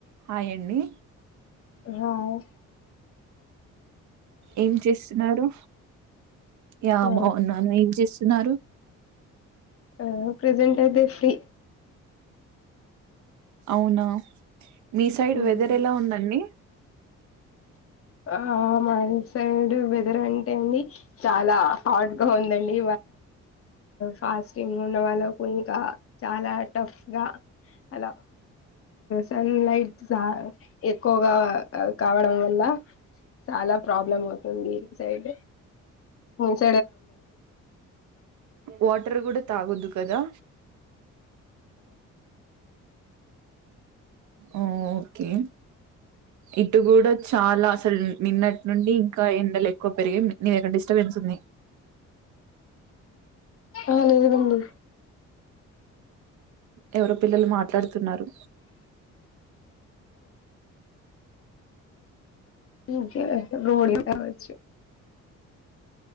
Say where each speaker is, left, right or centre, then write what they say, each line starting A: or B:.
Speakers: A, on the right; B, on the left.
A: హాయ్ యండి
B: రాయ్
A: ఏం చేస్తున్నాడు యా
B: ఆ
A: బాగున్నాను ఏం చేస్త్ న్నారు
B: ఓ ప్రెసెంటైతే ఫ్రీ
A: అవునా మీ సైడ్
B: ఉమ్,
A: వెదరేలా ఉందండి
B: ఆ మా సైడ్ వెదర్ అంటే అండి చాల హాట్గా ఉందండి ఫాస్టింగ్ ఉన్న వాళ్ళకు ఇంకా చాలా టఫ్ గ అలా సన్లైట్ జ ఆ ఎక్కువగా కావడం వల్ల చాలా ప్రాబ్లమ్ అవుతుంది ఈ <unintelligible> సైడ్ వే
A: వాటర్ గుడ తగొద్దు కదా ఉ ఓకే ఇటు కూడా చాలా అసల్ నిన్నట్నుండి ఇంకా ఎండలు ఎక్కువ పెరిగయ్ నీ డిస్టర్బెన్స్ ఉంద్ నే
B: ఎ లేదండి
A: ఎవరో పిల్లలు మాట్లాడుతున్నారు
B: ఇంకే రోలు రావచ్చు